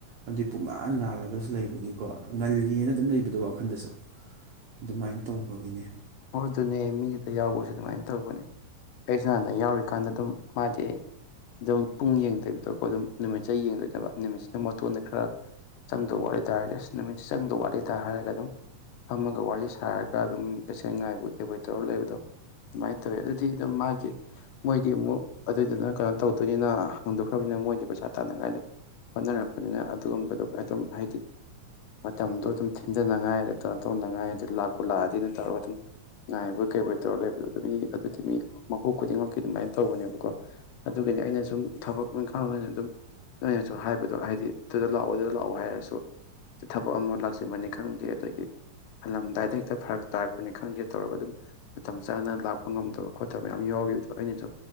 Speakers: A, on the right (about 70°); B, on the left (about 80°).
A: ꯑꯗꯨꯒꯤ ꯄꯨꯡꯉꯥꯟ ꯉꯥꯜꯂꯒꯁꯨ ꯂꯩꯕꯒꯤꯀꯣ ꯉꯜꯂꯤꯅ ꯑꯗꯨꯝ ꯂꯩꯕꯗꯣ ꯋꯥꯈꯜꯗꯁꯨ ꯑꯗꯨꯃꯥꯏꯅ ꯇꯧꯕꯒꯤꯅꯦ
B: ꯑꯣ ꯑꯗꯨꯅꯦ ꯃꯤꯒꯤꯗ ꯌꯥꯎꯕꯁꯦ ꯑꯗꯨꯃꯥꯏꯅ ꯇꯧꯕꯅꯦ ꯑꯩꯁꯨ ꯍꯥꯟꯅ ꯌꯥꯎꯔꯤꯀꯥꯟꯗ ꯑꯗꯨꯝ ꯃꯥꯗꯤ ꯑꯗꯨꯝ ꯄꯨꯡ ꯌꯦꯡꯗꯤꯕꯗꯀꯣ ꯑꯗꯨꯝ ꯅꯨꯃꯤꯠꯁꯦ ꯌꯦꯡꯗꯣꯏꯅꯦꯕ ꯅꯨꯃꯤꯠꯁꯤꯅ ꯃꯀꯇꯣꯟꯗ ꯈꯔ ꯆꯪꯗꯧꯕ ꯋꯥꯠꯂꯤꯗ ꯇꯥꯔꯗꯤ ꯑꯁ ꯅꯨꯃꯤꯠꯁꯦ ꯆꯪꯗꯕ ꯋꯥꯠꯂꯤꯗ ꯍꯥꯏꯔꯒ ꯑꯗꯨꯝ ꯐꯝꯃꯒ ꯋꯥꯔꯤ ꯁꯥꯔꯒ ꯑꯗꯨꯝ ꯄꯦꯁꯦꯟ ꯉꯥꯏꯕꯣꯏ ꯀꯩꯏꯕꯣꯏ ꯇꯧꯔ ꯂꯩꯕꯗꯣ ꯑꯗꯨꯃꯥꯏꯅ ꯇꯧꯋꯤ ꯑꯗꯨꯗꯤ ꯑꯗꯨꯝ ꯃꯥꯒꯤ ꯃꯣꯏꯗꯤ ꯑꯃꯨꯛ ꯑꯗꯨꯏꯗꯨꯅ ꯀꯩꯅꯣ ꯇꯧꯗꯣꯏꯅꯤꯅ ꯍꯥꯡꯗꯣꯛꯈ꯭ꯔꯕꯅꯤꯅ ꯃꯣꯏꯗꯤ ꯄꯩꯁꯥ ꯇꯥꯅꯉꯥꯏꯗ ꯍꯣꯠꯅꯔꯛꯄꯅꯤꯅ ꯑꯗꯨꯒꯨꯝꯕꯗꯨꯒ ꯑꯗꯨꯝ ꯍꯥꯏꯗꯤ ꯃꯇꯝꯗꯣ ꯑꯗꯨꯝ ꯊꯤꯟꯗꯅꯉꯥꯏ ꯀꯩꯅꯣ ꯇꯧꯅꯉꯥꯏ ꯑꯗꯨ ꯂꯥꯛꯄ ꯂꯥꯛꯑꯗꯤ ꯇꯧꯔꯒ ꯑꯗꯨꯝ ꯉꯥꯏꯕꯣꯏ ꯀꯩꯕꯣꯏ ꯇꯧꯔ ꯂꯩꯕꯗꯣ ꯑꯗꯨꯝ ꯃꯤ ꯑꯗꯨꯗꯤ ꯃꯤ ꯃꯄꯨ ꯈꯨꯗꯤꯡꯃꯛꯀꯤ ꯑꯗꯨꯃꯥꯏꯅ ꯇꯧꯕꯅꯦꯕꯀꯣ ꯑꯗꯨꯒꯅꯤ ꯑꯩꯅ ꯁꯨꯝ ꯊꯕꯛ ꯏꯪꯈꯥꯡꯗꯣ ꯑꯗꯨꯝ ꯅꯣꯏꯅꯁꯨ ꯍꯥꯏꯕꯗꯣ ꯍꯥꯏꯗꯤ ꯑꯗꯨꯗ ꯂꯥꯛꯑꯣ ꯑꯗꯨꯗ ꯂꯥꯛꯑꯣ ꯍꯥꯏꯔꯁꯨ ꯊꯕꯛ ꯑꯃ ꯂꯥꯛꯁꯤꯟꯕꯅꯤ ꯈꯪꯗꯦ ꯑꯗꯒꯤ ꯍꯜꯂꯝꯗꯥꯏꯗ ꯍꯦꯛꯇ ꯐꯔꯛ ꯇꯥꯔꯛꯄꯅꯤ ꯈꯪꯗꯦ ꯇꯧꯔꯒ ꯑꯗꯨꯝ ꯃꯇꯝ ꯆꯥꯅ ꯂꯥꯛꯄ ꯉꯝꯗꯕ ꯈꯣꯠꯇꯕ ꯃꯌꯥꯝ ꯌꯥꯎꯈꯤꯕꯗꯣ ꯍꯣꯏ ꯑꯩꯅꯁꯨ